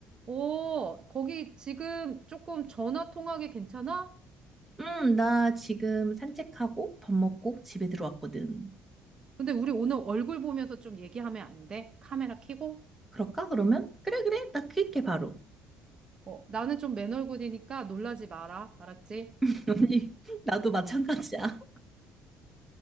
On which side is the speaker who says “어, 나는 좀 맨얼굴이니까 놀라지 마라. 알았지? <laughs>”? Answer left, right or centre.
Right